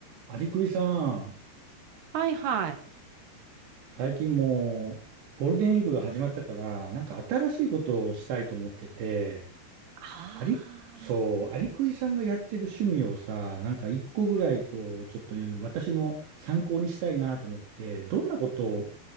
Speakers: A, on the right; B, on the right.
A: アリクイさん、
B: はいはい。
A: 最近もうゴールデンウィークが始まったから、なんか新しいことをしたいと思ってて、
B: ああ、
A: アリ、そう、アリクイさんがやってる趣味をさ、なんか一個ぐらいこう、ちょっと私も参考にしたいなと思って、どんなことを